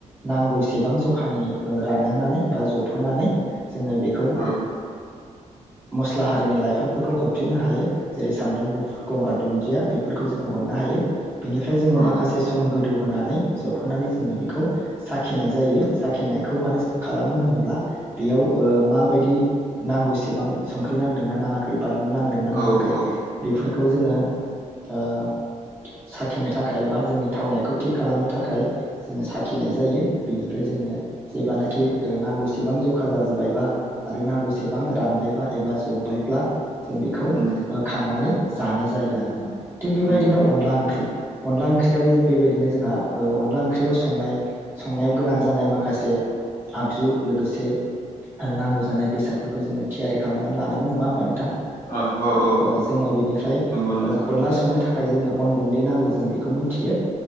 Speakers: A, on the right (about 20°); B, on the left (about 25°).
A: नांगौसेबां जखानि ओ रानहोनानै बा जबहोनानै जोङो बे ओ
B: औ
A: मस्ला हारिनि लाइफांफोरखौ हरफिननो हायो जेरै सामब्राम गुफु गंगार दुन्दिया बेफोरखौ जोङो हरनो हायो बिनिफ्राय जोङो
B: औ
A: माखासे सम गोदौ होनानै जबहोनानै जोङो बेखौ साखिनाय जायो साखिनायखौ मानो खालामो होनोब्ला बेयाव ओ माबायदि नांगौसेबां संख्रि नांदोंना नाङाखै बानलु नांदोंना
B: औ
A: नाङाखै
B: औ
A: बेफोर खौ जोङो ओ साखिनो थाखाय बा जोंनि थावनायखौ थि खालामनो थाखाय जोङो साखिनाय जायो बेनिफ्राय जोङो जेब्लानोखि नांगौसेबां जखा जाजोब्बायबा आरो नांगौसेबां रानबायबा एबा जब्बायब्ला जों बेखौ ओ
B: उम
A: खांनानै जानाय जायो आरोमा थिग बेबादिनो
B: उम
A: अनला ओंख्रि अनला ओंख्रिआबो बेबादिनो जोंहा ओ अनला ओंख्रिआव संनायाव गोनां जानाय माखासे आगजु लोगोसे आरो नांगौ जा जानाय बेसादफोरखौ जोङो थियारि खालामनानै लानांगौ नङा होमबा नोंथां?
B: ओ औ औ
A: ओ जोङो बेनिफ्राय
B: नंगौ नोंथां
A: ओ अनला संनो थाखा य जोंनो अन गुन्दै नांगौ जों बेखौ मिथियो